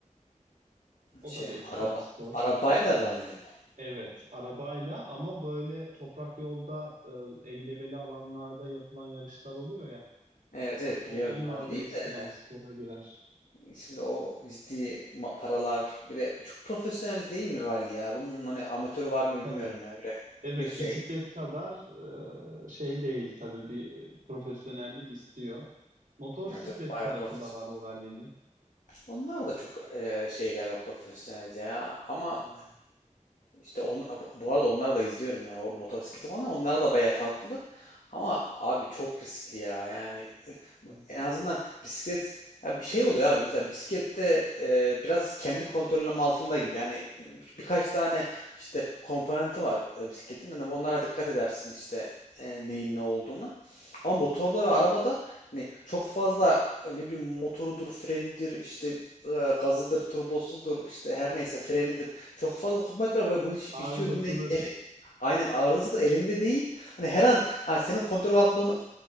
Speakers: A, on the right (about 75°); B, on the left (about 80°).
A: O
B: şey
A: da bir ekstrem
B: araba
A: spor.
B: arabayla ralli mi?
A: Evet, arabayla ama böyle toprak yolda e, engebeli alanlarda yapılan yarışlar oluyor ya.
B: Evet evet
A: O,
B: biliyorum
A: onlar
B: ralliyi
A: da ekstrem
B: de.
A: spora girer.
B: Şimdi o ciddi ma- paralar bir de çok profesyonel değil mi rally ya? Bunun hani amatörü var mı
A: Tabii.
B: bilmiyorum ya. Böyle
A: Evet,
B: bir şey
A: bisiklet kadar e, şey değil tabii bir profesyonellik istiyor. Motorsiklet
B: evet, evet, bayağı
A: tarafı
B: profesyonel.
A: da var o rallinin.
B: Onlar da çok e, şey galiba profesyonelce ya. Ama
A: Ha,
B: işte on, bu arada onları da izliyorum ya o motosikleti onlar onlar da bayağı tatlı. Ama abi çok riskli ya. Yani
A: evet.
B: En azından bisiklet ya bir şey oluyor abi. Mesela bisiklette e, biraz kendi kontrolüm altında gibi. Yani bir- birkaç tane işte komponenti var e, bisikletin. Hani onlara dikkat edersin işte e, neyin ne olduğuna. Ama motorda ve arabada hani çok fazla e, ne bileyim motorudur, frenidir, işte e, gazıdır, turbosudur, işte her neyse frenidir. Çok fazla komponent var ve bu hiç-
A: Arızasıdır.
B: hiçbir bunun el, ele- aynen arızasıdır elinde değil. Hani her an hani senin kontrol altında olma-